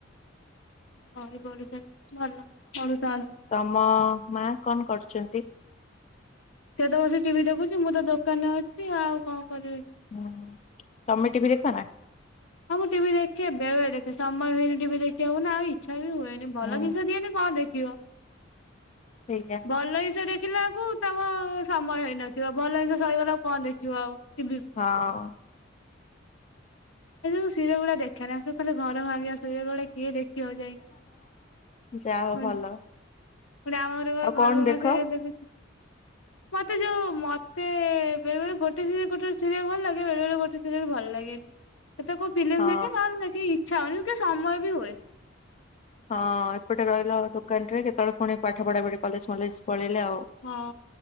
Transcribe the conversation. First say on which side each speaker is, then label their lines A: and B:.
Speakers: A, on the left; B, on the left.
A: ବହି ବଢୁଛନ୍ତି ଭଲ ପଢୁଥାନ୍ତୁ।
B: ତମ, ମା କଣ କରୁଚନ୍ତି?
A: ସେତ ବସି ଟିଭି ଦେଖୁଚି, ମୁଁ ତ ଦୋକାନରେ ଅଛି ଆଉ କଣ କରିବି।
B: ହଁ ହ ତମେ ଟିଭିି ଦେଖନା।
A: ହଁ ମୁଁ ଟିଭି ଦେଖେ, ବେଳେବେଳେ ଦେଖେ ସମୟ ହୁଏନି। ଟିଭି ଦେଖିବାକୁ ନା ଆଉ ଇଚ୍ଛା ବି ହୁଏନି, ଭଲ
B: ହୁଁ
A: ଜିନିଷ ଦିଏନୀ। କଣ ଦେଖିବ।
B: ସେଇଆ।
A: ଭଲ ଜିନିଷ ଦେଖିଲା ବେଳକୁ ତମକୁ ସମୟ ହେଇନଥିବ, ଭଲ ଜିନିଷ ସରିଗଲା ଆଉ କଣ ଦେଖିବ ଟିଭିକୁ।
B: ହଁ।
A: ସେ ସବୁ ସିରିଏଲ ଗୁଡା ଦେଖେନା, ସେ ଖାଲି ଘର ଭାଙ୍ଗିବା ସିରିଏଲ ଗୁଡ଼ା କିଏ ଦେଖିିବା ଯାଇ,
B: ଯା ହଉ
A: ହୁଁ।
B: ଭଲ।
A: ପଣି ଆମର ବା
B: ଆଉ
A: ଘରଭଙ୍ଗା
B: କଣ ଦେଖ?
A: ସିରିଏଲ ଦେଖୁଛି। ମତେଯୋଉ ମତେ ବେଳେବେଳେ ଗୋଟେ ସିରିଏଲ ଗୋଟେ ସିରିଏଲ ଭଲ ଲାଗେ, ବେଳେ ବଳେ ଗୋଟେ ସିରିଏଲ ଭଲ ଲାଗେନି। ଏତେ କୋଉ ଫିଲ୍ମ
B: ହଁ
A: ଦେଖେ ନହେଲେ ନାଇଁ କିଛି ଇଚ୍ଛା ହୁଏନି କି ସମୟ ବିୁ ହୁଏନି।
B: ହଁ, ଏପଟେ ରହିଲ ଦୋକାନରେ କେତେବେଳେ ପୁଣିି ପାଠ ପଢାପଢି କଲେଜ ଫଲେଜ ପଳେଇଲେ ଆଉ।
A: ହଁ।